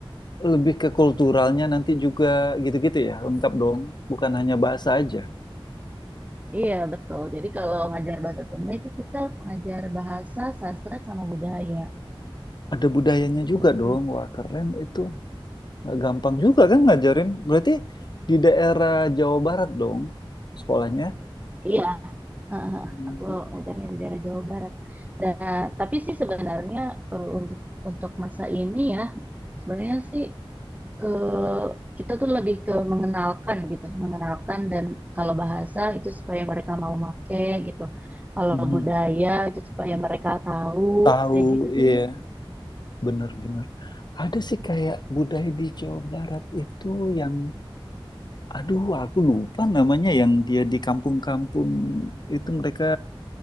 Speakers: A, on the left; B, on the right.
A: lebih ke kulturalnya nanti juga gitu-gitu ya, lengkap dong. Bukan hanya bahasa aja.
B: Iya, betul. Jadi kalau ngajar bahasa Sunda itu kita mengajar bahasa, sastra sama budaya
A: Ada budayanya juga
B: gitu.
A: dong. Wah, keren itu. Nggak gampang juga kan ngajarin. Berarti di daerah Jawa Barat dong sekolahnya.
B: Iya, Ah,
A: Hmm.
B: ah, ah. aku ngajarnya di daerah Jawa Barat. Dan tapi sih sebenarnya eh, untuk untuk masa ini ya sebenarnya sih eh, kita tuh lebih ke mengenalkan gitu, mengenalkan dan kalau bahasa itu supaya mereka mau make gitu. Kalau
A: Mhm.
B: budaya itu supaya mereka tahu
A: Tahu,
B: kayak gitu sih.
A: iya, bener-bener. Ada sih kayak budaya di Jawa Barat itu yang, aduh, aku lupa namanya yang dia di kampung-kampung itu mereka